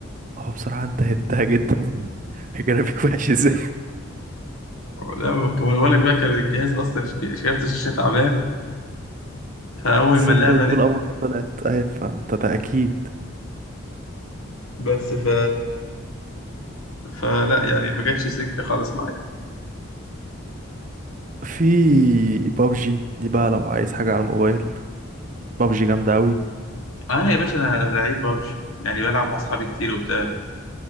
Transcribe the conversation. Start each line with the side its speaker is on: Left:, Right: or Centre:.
Right: هو بصراحة انت هنتها جدا <laughs> الجرافيك وحش ازاي
Left: لا ما بقول لك بقى كان الجهاز اصلا ش- كارت الشاشة تعبان فاول
Right: بس
Left: ما
Right: انت
Left: اللعبة
Right: بتقول
Left: نزلت
Right: أول ما طلعت أهي فانت ده أكيد
Left: بس ف فلا يعني ما جاتش سكه خالص معايا
Right: في بابجي دي بقى لو عايز حاجة على الموبايل بابجي جامدة أوي
Left: انا يا باشا انا لعيب بابجي يعني بلعب مع اصحابي كتير وبتاع